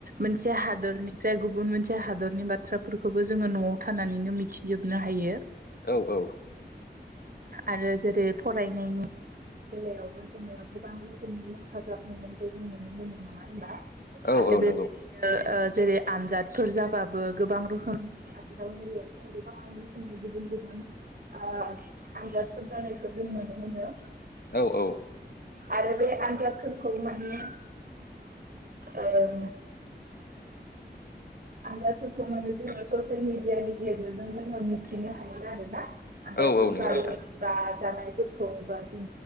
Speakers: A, on the right; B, on the left.
A: मोनसे हादरनिफ्राय गुबुन मोनसे हादरनि बाथ्राफोरखौबो जोङो न'आव थानानैनो मिथिजोब नो हायो
B: औ औ
A: आरो जेरै फरायनायनि बेलायावबो जोङो गोबां रोखोमनि हेफाजाब मोननायखौ जों नुनो मोनो नङा होनबा
B: औ
A: आरो
B: औ
A: बेबायदिनो
B: नंगौ
A: ओ जेरै आनजादफोर जाबाबो गोबां रोखोमनि रोखोमनि गुबुन गुबुन ओ आनजादफोर जानायखौ जों नुनो मोनो
B: औ औ
A: आरो बे आनजादफोरखौ माने ओ
B: लांदां
A: आनजादफोरखौ माने जोङो ससियेल मिडियानि गेजेरजों जोङो मिथिनो हायो आरो आनजादफोर
B: औ औ नंगौ
A: जायो
B: नोंथां
A: बा जानायफोरखौ बा जों